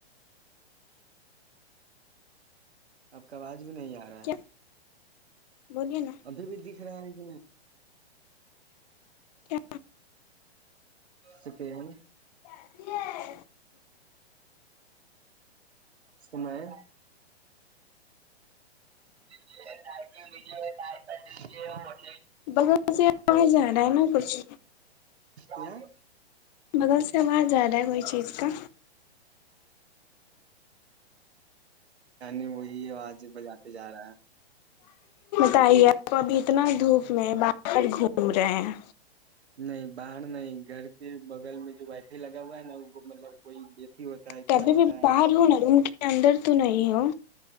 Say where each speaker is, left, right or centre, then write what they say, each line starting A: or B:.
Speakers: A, on the right; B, on the left.
A: اب کا آوج بھی نہیں آ رہا
B: کیا
A: ہے
B: بولیے نا
A: ابھی بھی دکھ رہا ہے ج
B: کیا
A: سکین
B: چسری ہے
A: س میں ہے کر ج
B: بغل سے آواز آ رہا ہے نا کچھ
A: ہوں
B: بغل سے آواز ج رہا ہے کوئی چیز کا
A: ے وہی آواز بجاتے جا رہا ہے
B: ت کو اب اتنا دھوپ میں باہر گھوم رہے ہیں
A: نہیں باہر نہیں گھر کے بغل میں جو وائی فائی لگا ہوا ہے نا وہ مطلب کوئی ہوتا ہے
B: کبھی
A: کیا ہوتا
B: بھی
A: ہے
B: باہر ہو نا روم کے اندر تو نہیں ہو